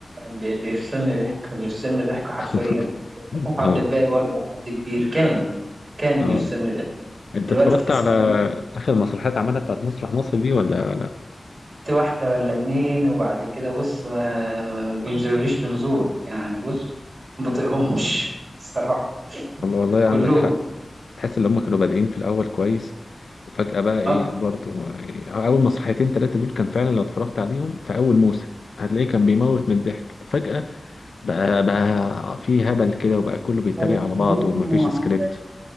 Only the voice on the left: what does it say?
<laughs>
اه
اه
انت
اتفرجت
على
اخر مسرحيات عملها بتاعت مسرح مصر دي ولا لا
والله والله
عندك حق تحس ان هم كانوا بادئين في الاول كويس وفجأة بقى ايه
برضو يعني اول مسرحيتين ثلاثة دول كان فعلا لو اتفرجت عليهم في اول موسم هتلاقيه كان بيموت من الضحك فجأة بقى بقى في هبل كده وبقى كله بيتريق
على بعضه
ومفيش
سكريبت